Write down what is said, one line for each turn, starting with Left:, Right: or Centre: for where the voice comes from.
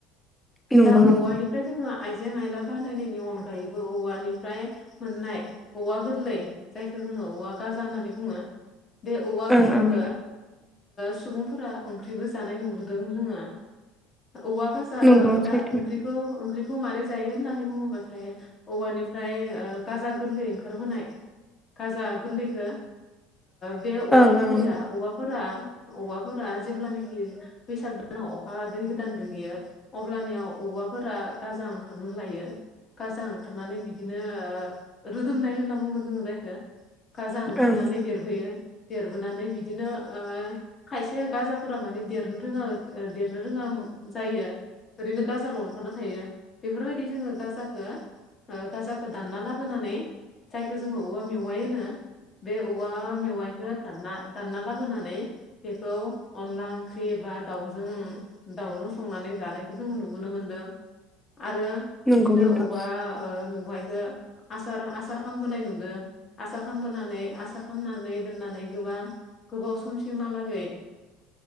Centre: नंगौ
Left: दा औवानि
Centre: नंगौ
Left: फ्राय जोङो आइजें आइला बानायनायनि अनगायैबो औवानिफ्राय मोननाय औवा गोरलै जायखौ जोङो औवा गाजा होननानै बुङो बे औवा
Centre: ओं
Left: गाजाखौ
Centre: ओं
Left: सुबुंफोरा ओंख्रिबो जानाय नुबोदों जोङो औवा गाजा
Centre: नंगौ
Left: जा दा
Centre: सैथो
Left: ओंख्रिखौ ओंख्रिखौ मारै जायो होननानै बुङोब्लाथाय औवानिफ्राय गाजा गोरलै ओंखारबोनाय गाजा गोरलैखौ बे औवा
Centre: ओं
Left: गोरलैया
Centre: ओं
Left: औवाफोरा औवाफोरा जेब्लानाखि बैसाग दानाव अखा दै गोदान गोग्लैयो अब्लानियाव औवाफोरा गाजा ओंखारनो लायो गाजा ओंखारनानै बिदिनो रोदोमनाय होनना बुंगोन जोङो जायखौ गाजा ओंखारनानै
Centre: ओं
Left: देर बोयो देरबोनानै बिदिनो खायसे गाजाफोरा माने देरनो रोङा देरनो रोङा जायो ओरैनो गाजाल' ओंखारना थायो बेफोरबायदि जोङो गाजाखौ गाजाखो दानना लाबोनानै जायखो जोङो औवा मेवाय होनो बे औ वा मेवाइखो दानना दानना लाबोनानै बेखौ अनला ओंख्रि बा दाउजों दावजों संनानै जानायखौ जोंङो नुबोनो मोनदों आरो
Centre: नंगौ
Left: बिदिनो
Centre: नोंथां
Left: औवा मेवायखौ आसार आसार खालामबोनाय नुदों आसार खालामबोनानै आसार खामनानै दोननानै गोबां गोबाव समसिमहालागै